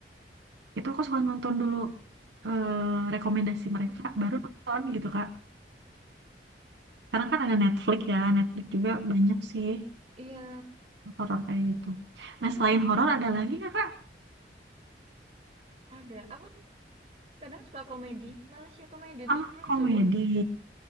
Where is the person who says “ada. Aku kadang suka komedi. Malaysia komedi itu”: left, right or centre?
Right